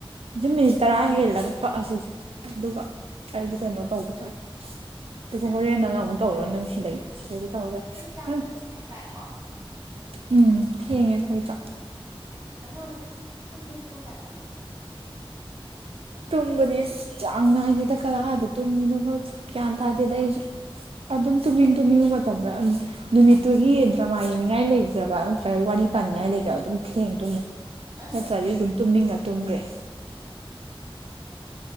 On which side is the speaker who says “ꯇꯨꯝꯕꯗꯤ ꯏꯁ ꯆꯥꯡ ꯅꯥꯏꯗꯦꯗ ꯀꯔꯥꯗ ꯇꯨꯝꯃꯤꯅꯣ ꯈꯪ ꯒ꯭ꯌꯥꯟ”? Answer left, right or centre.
Right